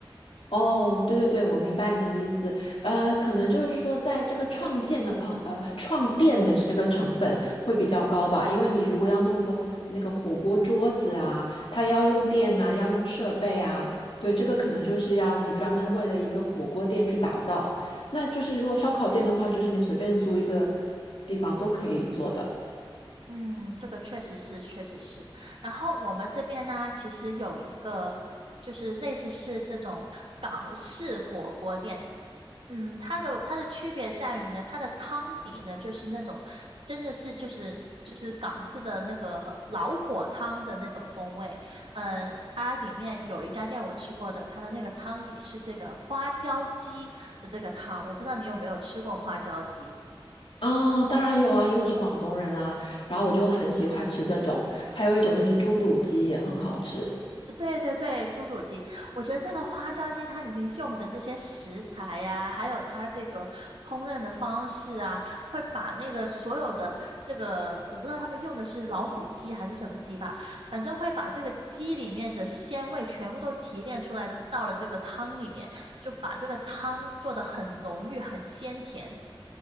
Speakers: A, on the left; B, on the right.
A: 哦，对对对，我明白你的意思。呃，可能就是说，在这个创建的朋呃创店的这个成本会比较高吧，因为你如果要弄一个那个火锅桌子啊，它要用电呐、要用设备啊，对，这个可能就是要你专门为了一个火锅店去打造。那就是如果烧烤店的话，就是你随便租一个地方都可以做的。
B: 嗯，这个确实是，确实是。然后我们这边呢，其实有一个就是类似是这种港式火锅店，嗯，它的它的区别在于呢，它的汤底呢就是那种真的是就是就是港式的那个老火汤的那种风味。呃，它里面有一家店我吃过的，它的那个汤底是这个花椒鸡的这个汤，我不知道你有没有吃过花椒鸡。
A: 嗯，当然有啊，因为我是广东人啊，然后我就很喜欢吃这种，还有一种就是猪肚鸡也很好吃。
B: 对对对，猪肚鸡，我觉得这个花椒鸡它里面用的这些食材呀、还有它这个烹饪的方式啊，会把那个所有的这个，我不知道他们用的是老母鸡还是什么鸡吧，反正会把这个鸡里面的鲜味全部都提炼出来，到了这个汤里面，就把这个汤做的很浓郁、很鲜甜。